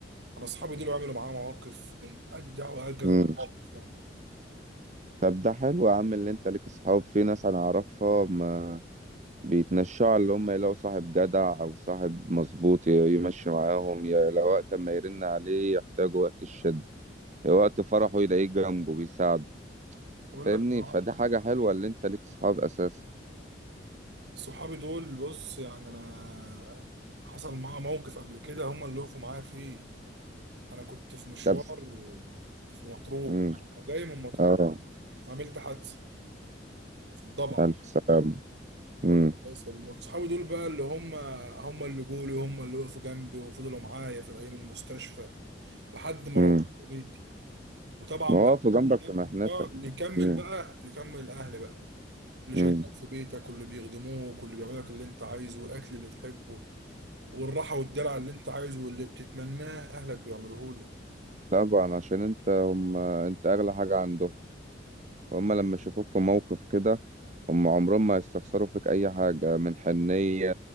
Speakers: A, on the right; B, on the right.
A: انا اصحابي دول عملوا معايا مواقف من اجدع واجدع
B: مم.
A: المواقف يعني
B: طب ده حلو يا عم اللي انت ليك صحاب في ناس انا اعرفها ما بيتنشعوا اللي هم يلاقوا صاحب جدع او صاحب مظبوط ي- يمشي معاهم يا لو وقت ما يرن عليه يحتاجوا وقت الشد يا وقت فرحه يلاقيه جنبه بيساعده
A: بقول
B: فاهمني
A: لك مع-
B: فدي حاجة حلوة اللي انت ليك صحاب اساسا
A: صحابي دول بص يعني انا حصل معايا موقف قبل كده هم اللي وقفوا معايا فيه انا كنت في مشوار
B: طب
A: في مطروح
B: امم
A: جاي من مطروح
B: اه
A: عملت حادثه في الضبعه
B: الف سلامة
A: بقول
B: امم
A: لك بس ال- صحابي دول بقى اللي هم هم اللي جولي هم اللي وقفوا جنبي وفضلوا معايا في الايام المستشفى لحد ما
B: امم
A: روحت بيتي وطبعا
B: واقف
A: بقى
B: جنبك في مهنتك
A: اه اللي يكمل
B: امم
A: بقى اللي يكمل الاهل بقى اللي شايلينك
B: امم
A: في بيتك واللي بيخدموك واللي بيعملوا لك اللي انت عايزه والاكل اللي تحبه والراحه والدلع اللي انت عايزه واللي بتتمناه اهلك بيعملوه لك
B: طبعا عشان انت هم انت اغلى حاجة عندهم هم لما يشوفوك في موقف كده هم عمرهم ما يستخسروا فيك اي حاجة من حنية